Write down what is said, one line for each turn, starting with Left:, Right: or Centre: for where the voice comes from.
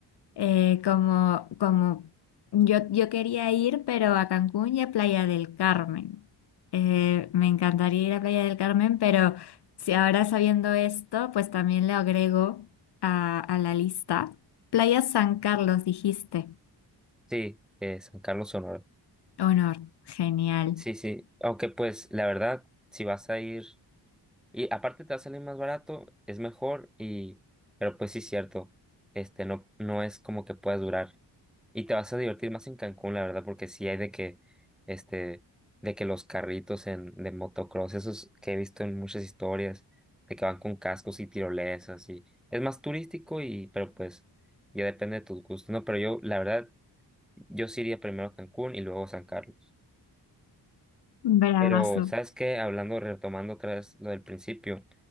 Left: Eh, como, como yo, yo quería ir, pero a Cancún y a Playa del Carmen. Eh, me encantaría ir a Playa del Carmen, pero si ahora sabiendo esto, pues también le agrego a, a la lista. Playa San Carlos, dijiste.
Centre: Sí, eh, San Carlos, Sonora.
Left: Honor, genial.
Centre: Sí, sí, aunque pues la verdad, si vas a ir Y aparte te va a salir más barato, es mejor y... Pero pues sí, cierto, este no, no es como que puedas durar. Y te vas a divertir más en Cancún, la verdad, porque sí hay de que, este, de que los carritos en, de motocross, esos que he visto en muchas historias, de que van con cascos y tirolesas y es más turístico y, pero pues ya depende de tus gustos, ¿no? Pero yo, la verdad, yo sí iría primero a Cancún y luego a San Carlos.
Left: Bravazo.
Centre: Pero, ¿sabes qué? Hablando, retomando otra vez lo del principio